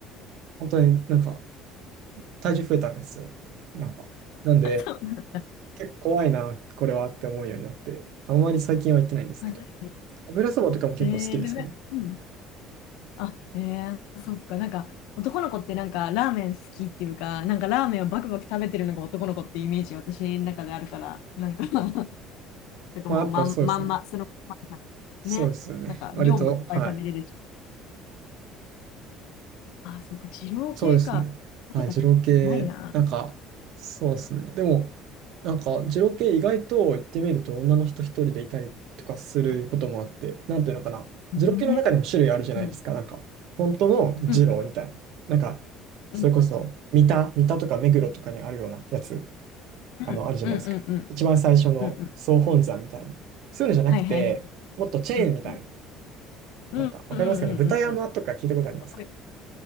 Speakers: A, on the right; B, on the left.
A: 本当になんか、体重増えたんですよ。なんか。なんで、
B: そう。
A: 結構怖いな、これはって思うようになって、あんまり最近は行ってないんですけど、
B: <laughs> あ確かに
A: 油そばとかも結構好きですね。
B: えー、でもね、うんあ、ええそっか、なんか、男の子ってなんか、ラーメン好きっていうか、なんかラーメンをバクバク食べてるのが男の子ってイメージ、私の中であるから、なんか <laughs> なんかもうまん、
A: まあ、やっぱそうですね。
B: まんま、その、まんま
A: そうですよね。
B: ね、なんか、
A: 割と、
B: 量もいっぱい食べれるし。
A: はい。
B: あ、そっか、二郎系か。
A: そうですね。
B: 食べたことないな。
A: はい、二郎系、なんか、そうですね。でも、なんか、二郎系意外と行ってみると女の人一人でいたりとかすることもあって、
B: あ
A: なんていうのかな。
B: ね。
A: 二郎系の中にも種類あるじゃないですか。
B: うん。
A: なんか、本当の二郎みたいな。
B: うん。
A: なんか、それこそ、
B: うん。
A: 三田、三田とか目黒とかにあるようなやつ、
B: うん。
A: あの、あるじゃないですか。
B: うん。うん。うん。
A: 一番最初の総本山みたいな。
B: うん。うん
A: そういうのじゃなくて、
B: はいはいはい。
A: もっとチェーンみたいな。
B: うん。うん。うん。
A: なんか、わかりますかね。
B: うん。うん。
A: 豚山とか聞いたことありますか
B: うん。うんわかる